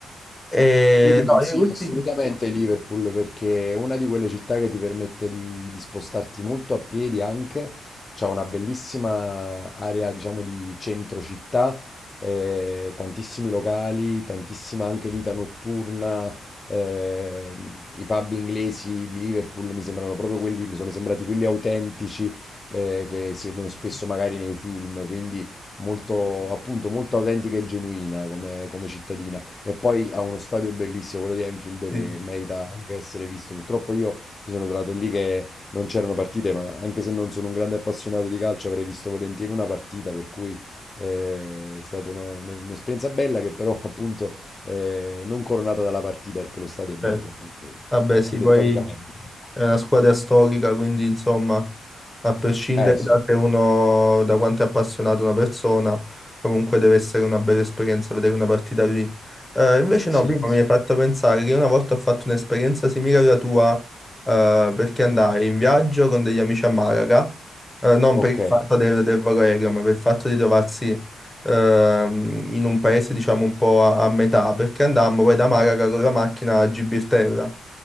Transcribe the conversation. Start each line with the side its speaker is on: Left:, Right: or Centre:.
Centre: E,
Left: Io ti consiglio
Centre: no, io ultimi...
Left: assolutamente Liverpool perché è una di quelle città che ti permette di, di spostarti molto a piedi anche, c'è una bellissima area diciamo di centro città, eh, tantissimi locali, tantissima anche vita notturna, eh, i pub inglesi di Liverpool mi sembrano proprio quelli, mi sono sembrati quelli autentici eh, che si vedono spesso magari nei film, quindi molto appunto molto autentica e genuina come come cittadina. E poi ha uno stadio bellissimo, quello di Anfield,
Centre: sì,
Left: che merita anche essere visto. Purtroppo io mi sono trovato lì che non c'erano partite, ma anche se non sono un grande appassionato di calcio, avrei visto volentieri una partita, per cui eh, è stata una- un- un'esperienza bella che però <laughs> appunto eh, non coronata dalla partita, perché lo stadio è bello,
Centre: certo.
Left: appunto,
Centre: Vabbè,
Left: architettonicamente.
Centre: sì, poi...
Left: ecco.
Centre: È una squadra storica, quindi insomma, a prescindere
Left: Eh sì,
Centre: da se uno, da quanto è appassionato una persona, comunque deve essere una bella esperienza vedere una partita lì. Eh, invece
Left: sì,
Centre: no, prima
Left: sì.
Centre: mi hai fatto pensare che una volta ho fatto un'esperienza simile alla tua, eh, perché andai in viaggio con degli amici a Malaga, eh, non
Left: Ok.
Centre: per il fatto del, del volo aereo, ma per il fatto di trovarsi ehm, in un paese, diciamo, un po' a, a metà, perché andammo poi da Malaga con la macchina a Gibilterra.